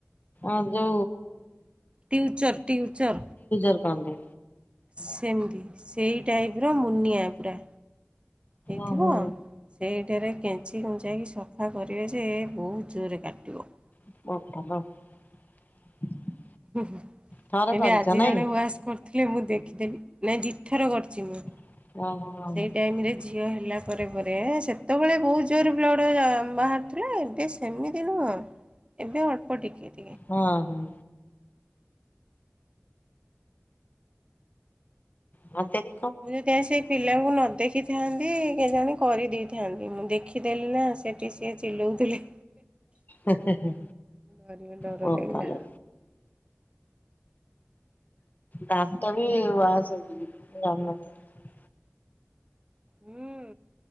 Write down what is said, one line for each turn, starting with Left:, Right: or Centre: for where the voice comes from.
Left: ଆଦ
Right: ଟଟି୍ୟୁଚର ଟଟି୍ୟୁଚର
Left: <unintelligible> ଦେ
Right: ସେମତି ସେଇ ଟାଇପ୍ ର ମୁନିଆ ପୂରା। ହେଇଥିବ
Left: ଓହୋ।
Right: ସେଇଠାରେ କେଞ୍ଚି କୁଞ୍ଚାଇକି ସଫା କରିବେ ଯେ ବହୁତ ଜୋରେ କାଟିବ।
Left: <unintelligible>
Right: ହଁ ହଁ
Left: ଥରେ
Right: ଏଠି
Left: କରିଛ
Right: ଆଜି
Left: ନାଇଁ?
Right: ଜଣେ ୱାସ୍ କରୁଥି ଖିଲେ ମୁଁ ଦେଖିଦେଲି ନାଇଁ ଦିଥର କରିଚି ମୁଁ।
Left: ହ <unintelligible>
Right: ସେଇ ଟାଇମ ରେ ଝିଅ ହେଲା ପରେ ପରେ ସେତବେଳେ ବହୁତ ଜୋରେ ବ୍ଲଡ଼ ବାହାରୁଥିଲା ଏବେ ସେମିତି ନୁହଁ। ଏବେ ଅଳ୍ପ ଟିକେଟ୍।
Left: ହଁ ହଁ। ଆ ଦେକ୍
Right: ମୁଁ ଯଦି ଆଜି ସେଇ ପିଲାଙ୍କୁ ନ ଦେଖିଥାନ୍ତି କେ ଜାଣି କରିଦେଇଥାନ୍ତି। ମୁଁ ଦେଖିଦେଲି ନା? ସେଠି ସିଏ ଚିଲଉଥିଲେ।
Left: ହିଁ ହିଁ ହିଁ
Right: ଡରିବ ଡର
Left: ବୋପାଲୋ।
Right: ଲାଗିଲା
Left: ଦାନ୍ତ ବି ୱାସ୍ ହବ୍ ବିଲି ମୁଁ ଜାଣି ନଥିଲି।
Right: ହୁଁ